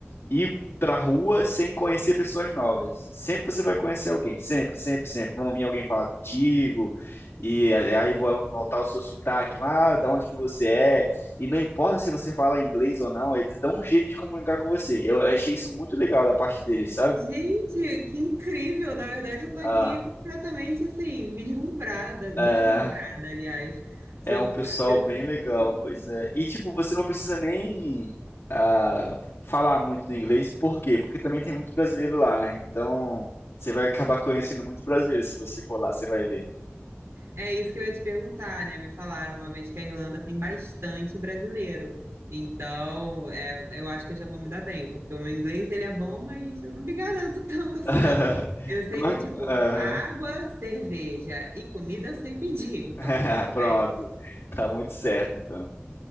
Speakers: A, on the left (about 65°); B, on the right (about 80°).
A: ir pra rua sem conhecer pessoas novas. Sempre você vai conhecer alguém, sempre, sempre, sempre. Vão vir alguém falar contigo, e a- aí vão notar o seu sotaque, ah, da onde que você é. E não importa se você fala inglês ou não, eles dão um jeito de comunicar com você. Eu achei isso muito legal da parte deles, sabe?
B: Gente, que incrível! Na verdade, eu tô
A: Ah,
B: aqui completamente assim, vislumbrada, deslumbrada,
A: é.
B: aliás, sou
A: É um pessoal
B: pe- pelo
A: bem
B: que você
A: legal.
B: tá falando.
A: Pois é. E tipo, você não precisa nem ah, falar muito do inglês. Por quê? Porque também tem muito brasileiro lá, né? Então, você vai acabar conhecendo muito brasileiro se você for lá, você vai ver.
B: É isso que eu ia te perguntar, né? Me falaram uma vez que a Irlanda tem bastante brasileiro. Então, é, eu acho que eu já vou me dar bem, porque o meu inglês ele é bom, mas eu não me garanto <laughs> tanto assim,
A: <laughs>
B: não. Eu sei
A: Mas,
B: que, tipo,
A: aham.
B: água, cerveja e comida eu sei pedir,
A: <laughs>
B: então tá tudo
A: Pronto.
B: bem.
A: Tá muito certo, então.